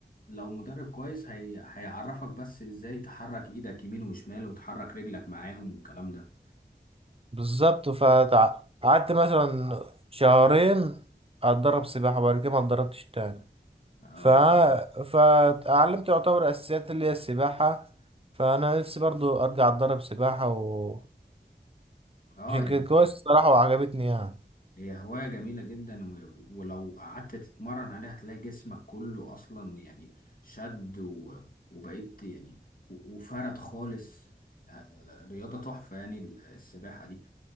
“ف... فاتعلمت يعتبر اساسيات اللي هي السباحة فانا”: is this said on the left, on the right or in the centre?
Right